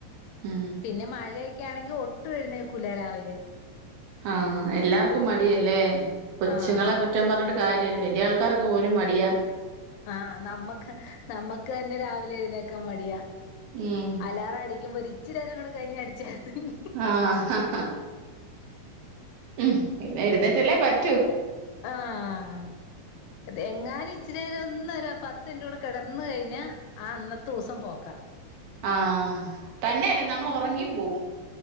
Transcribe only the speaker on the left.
പിന്നെ മഴയൊക്കെ ആണെങ്കിൽ ഒട്ടു എഴുന്നേക്കൂല രാവിലെ.
ആഹ്
ആഹ നമ്മക്ക് നമ്മുക്ക് തന്നെ രാവിലെ എഴുന്നേക്കൻ മടിയാ.
അലാറ അടിക്ക്പോ ഇച്ചിരരം കൂടെ കഴിഞ്ഞഞ് അടിച്ചർന്നെങ്കി..
ആഹ എങ്ങാനും ഇച്ചിരെ ഒന്നരു പത്ത് മിൻട്ടൂടെ കിടന്നഴിഞ്ഞാ ആ അന്നത്തെ ദിവസം പോക്കാം.